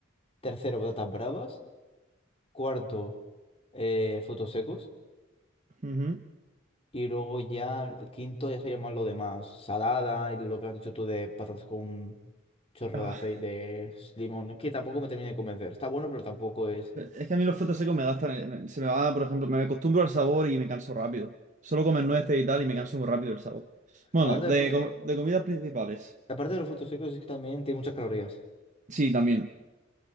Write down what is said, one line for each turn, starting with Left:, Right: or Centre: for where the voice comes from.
Left: Tercero, patatas bravas. Cuarto, eh, frutos secos.
Right: Ujú.
Left: Y luego ya, el quinto ya se llaman lo demás. Salada y lo que has dicho tú de patatas con un chorro
Right: Ah,
Left: de aceite, de limón. Es que tampoco me termina de convencer. Está bueno, pero tampoco es.
Right: es que a mí los frutos secos me gastan, el- me- se me va, por ejemplo, me acostumbro al sabor y me canso rápido. Solo comer nueces y tal y me canso muy rápido el sabor. Bueno,
Left: Aparte
Right: de,
Left: del fruto,
Right: com- de comidas principales.
Left: aparte de los frutos secos es que también tiene muchas calorías.
Right: Sí, también.